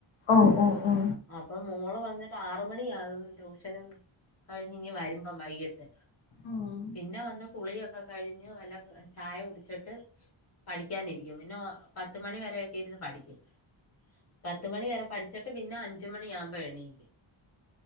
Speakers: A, on the left; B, on the left.
A: ഉം ഉം ഓ ഓ ഓ
B: അപ്പം മോൾ വന്നിട്ട് ആറ് മണിയാക്കും ട്യൂഷന്‌ പിന്നെ കഴിഞ്ഞ ഇങ്ങ വരും അപ്പം വൈകിട്ട്
A: ഉം
B: പിന്നെ വന്ന് കുളിയൊക്കെ കഴിഞ്ഞ് വല്ല ചായ കുടി ചിട്ട് പഠിക്കാനിരിക്കും പിന്നെ പത്തുമണി വരക്കെ ഇരുന്ന് പഠിക്കും പത്തുമണി വരെ പഠ ചിട്ട് പിന്നെ അഞ്ച മണി ആകുമ്പോ എണീക്ക്